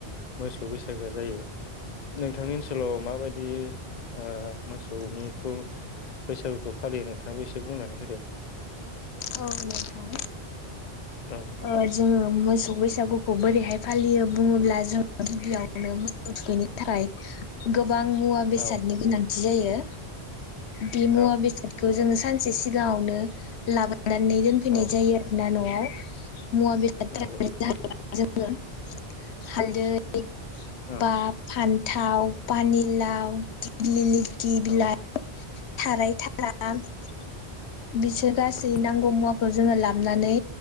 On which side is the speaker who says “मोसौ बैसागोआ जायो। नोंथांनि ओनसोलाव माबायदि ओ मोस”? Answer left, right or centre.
Left